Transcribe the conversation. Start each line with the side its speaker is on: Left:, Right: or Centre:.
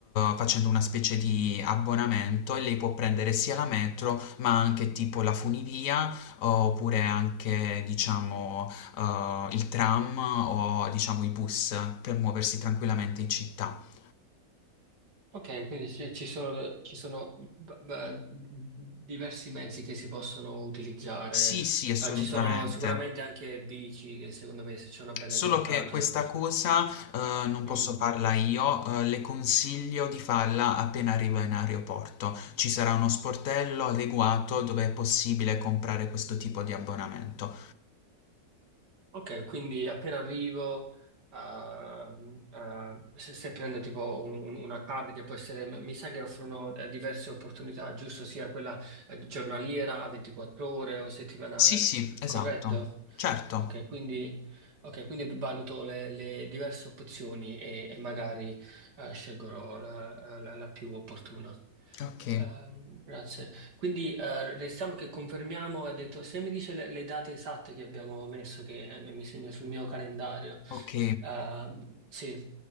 Left: facendo una specie di abbonamento e lei può prendere sia la metro ma anche tipo la funivia oppure anche diciamo eh, il tram o diciamo i bus per muoversi tranquillamente in città.
Right: Ok, quindi ci ci sono, ci sono b- b- diversi mezzi che si possono utilizzare.
Left: Sì, sì, assolutamente.
Right: Eh, ci sono sicuramente anche bici che secondo me se c'è una bella
Left: Solo
Right: giornata.
Left: che questa cosa, eh, non posso
Right: mm,
Left: farla io, eh, le consiglio di farla appena arriva in aeroporto. Ci sarà uno sportello adeguato dove è possibile comprare questo tipo di abbonamento.
Right: Ok, quindi appena arrivo, ehm, eh, se, se prendo tipo un- una card che può essere, mi sa che offrono eh, diverse opportunità, giusto? Sia quella eh, giornaliera, 24 ore o settimanale,
Left: Sì, sì, esatto.
Right: corretto?
Left: Certo.
Right: Ok, quindi, ok, quindi valuto le, le diverse opzioni e, e magari eh, scelgo la la- la più opportuna.
Left: Ok,
Right: Ehm, grazie. Quindi eh, restiamo che confermiamo, ha detto, se mi dice le, le date esatte che abbiamo messo, che eh, mi segno sul mio calendario.
Left: ok.
Right: Ehm, sì,